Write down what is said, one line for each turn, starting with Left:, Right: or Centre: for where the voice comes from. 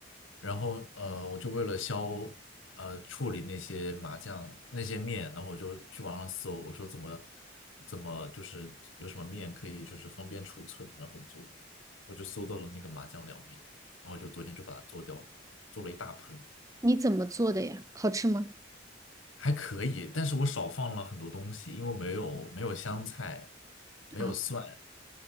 Left: 然后呃，我就为了消呃处理那些麻酱那些面，然后我就去网上搜，我说怎么怎么就是有什么面可以就是方便储存，然后做，我就搜到了那个麻酱凉面，然后就昨天就把它做掉了，做了一大盆，
Right: 你怎么做的呀？好吃吗？
Left: 还可以，但是我少放了很多东西，因为没有没有香菜，没有蒜，
Right: 啊，